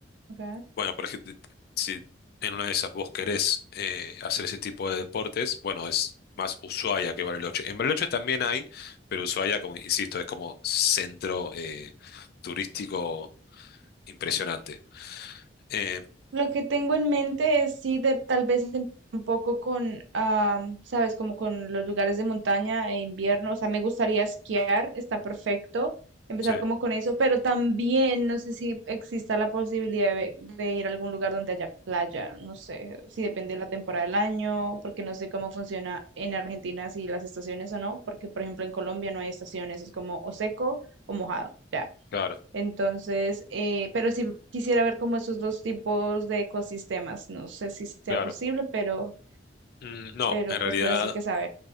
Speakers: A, on the right; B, on the left.
A: ok.
B: bueno, por ejemplo, si en una de esas vos querés eh, hacer ese tipo de deportes, bueno, es más Ushuaia que Bariloche. En Bariloche también hay, pero Ushuaia, como insisto, es como centro eh, turístico impresionante. Eh,
A: Lo que tengo en mente es sí de tal vez empezar un poco con, ah, sabes, como con los lugares de montaña e invierno. O sea, me gustaría esquiar, está perfecto. Empezar
B: sí,
A: como con eso, pero también no sé si exista la posibilidad de, de ir a algún lugar donde haya playa. No sé si depende de la temporada del año, porque no sé cómo funciona en Argentina si las estaciones o no, porque por ejemplo en Colombia no hay estaciones, es como o seco o mojado. Ya.
B: claro,
A: Entonces, eh, pero sí quisiera ver como esos dos tipos de ecosistemas. No sé si sea
B: claro.
A: posible, pero,
B: Mm, No,
A: pero
B: en realidad
A: pues tú eres el que sabe.